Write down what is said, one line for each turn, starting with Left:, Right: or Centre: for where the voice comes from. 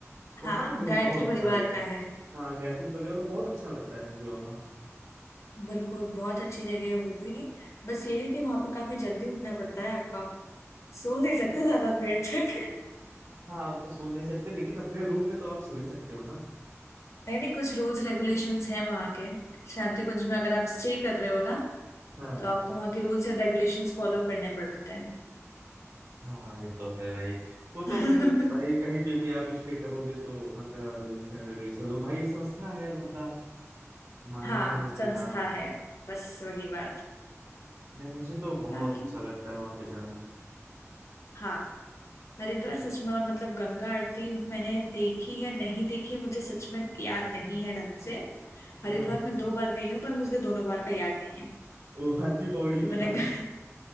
Right: वहां
Left: हाँ
Right: पे मुझे
Left: गायत्री
Right: बहुत अच्छा
Left: परिवार
Right: लगता
Left: का है
Right: हाँ गायत्री परिवार को बहुत अच्छा लगता है मुझे वहाँ
Left: बिल्कुल बहुत अच्छी जगह है वो भी बस ये है कि वहां पे काफी जल्दी उठना पड़ता है आपको आप सो नहीं सकते ज्यादा देर तक <laughs>
Right: हाँ वो तो सो नहीं सकते लेकिन अपने रूम में तो आप सो ही सकते हो ना
Left: नहीं नहीं कुछ रूल्स रेगुलेशंस हैं वहाँ के शांति कुंज में अगर आप स्टे कर रहे हो ना
Right: हाँ
Left: तो आपको वहाँ के रूल्स एंड रेगुलेशंस फॉलो करने पड़ते हैं
Right: हाँ ये तो है भाई वो
Left: <laughs>
Right: तो अपने- भाई कहीं पे भी आप स्टे करोगे तो वहाँ का रूल्स एंड रेगुलेशन भाई एक संस्था है उनका मानना
Left: हाँ
Right: है कि
Left: संस्था
Right: हाँ
Left: है बस वही बात
Right: नहीं मुझे तो बहुत
Left: बाकी
Right: अच्छा लगता है वहां पे जाना
Left: हाँ हरिद्वार सच में और मतलब गंगा आरती मैंने देखी है नहीं देखी है मुझे सच में याद नहीं है ढंग से हरिद्वार
Right: हाँ
Left: में दो बार गई हूँ पर मुझे दोनों बार का याद नहीं है
Right: वो हरकी पौड़ी
Left: कि
Right: पे
Left: मैंने
Right: ना
Left: ग... <laughs>